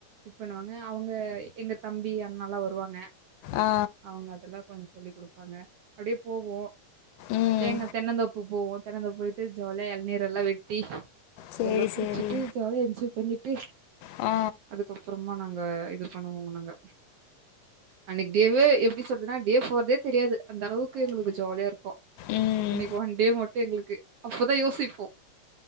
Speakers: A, on the right; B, on the left.
A: இது பண்ணுவாங்க அவங்க எங்க தம்பி அண்ணல்லா வருவாங்க
B: ஆ
A: அவுங்க அதெல்லா கொஞ்சோ சொல்லிக் கொடுப்பாங்க அப்டியே போவோ
B: ம்
A: தேங்கா தென்னந்தோப்பு போவோ தென்னந்தோப்பு போயிட்டு ஜாலியா எளநீர் எல்லா வெட்டி
B: சேரி
A: அதெல்லா குடிச்சிட்டு
B: சேரி
A: ஜாலியா என்ஜாய் பண்ணிட்டு
B: ஆ
A: அதுக்கப்புறமா நாங்க இது பண்ணுவோங்க நாங்க அன்னக்கி டேவே எப்டி சொல்றதுன்னா டே போறதே தெரியாது அந்தளவுக்கு எங்களுக்கு ஜாலியா இருக்கு
B: ம்
A: அன்னைக்கு ஒண்டே மட் ட்டு எங்களுக்கு அப்பதா யோசிப்போ